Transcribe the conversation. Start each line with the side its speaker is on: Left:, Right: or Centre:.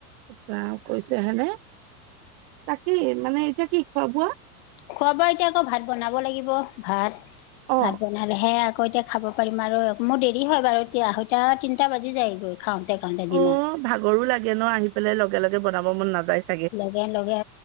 Right: ইছ ৰাম কৈছে হেনে তাক কি মানে এতিয়া কি খোৱা বোৱা?
Left: খোৱা বোৱা এতিয়া আকৌ ভাত বনাব লাগিব ভাত
Right: অ
Left: ভাত। ইনহেলেহে আকৌ এতিয়া খাব পাৰিম আৰু মোৰ দেৰি হয় বাৰু এতিয়া আসৈটা তিনটা বাজি যায়গৈ। খাওঁতে খাওঁতে। দিনত
Right: অ ভাগৰো লাগে ন আহি পেলাই লগে লগে বনাব মন নাযাইছ-
Left: লগে লগে